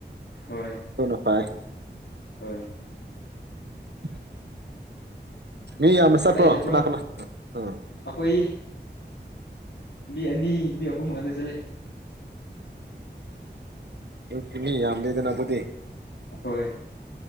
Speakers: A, on the left; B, on the right.
A: ꯍꯣꯏ
B: ꯑꯗꯨꯅ ꯐꯥꯏ
A: ꯍꯣꯏ
B: <unintelligible> ꯃꯤ ꯌꯥꯝꯃꯦ ꯆꯠꯄ꯭ꯔꯣ
A: ꯀꯗꯥꯏ ꯆꯠꯄ꯭ꯔꯥ
B: ꯀꯅꯥ ꯀꯅꯥ ꯎꯝ
A: ꯑꯩꯈꯣꯏ ꯃꯤ ꯑꯅꯤ ꯃꯤ ꯑꯍꯨꯝ ꯈꯛꯇ ꯆꯠꯂꯦ
B: ꯑꯗꯨ ꯆꯅꯤ ꯌꯥꯝꯗꯦꯗꯅ ꯑꯗꯨꯗꯤ
A: ꯍꯣꯏ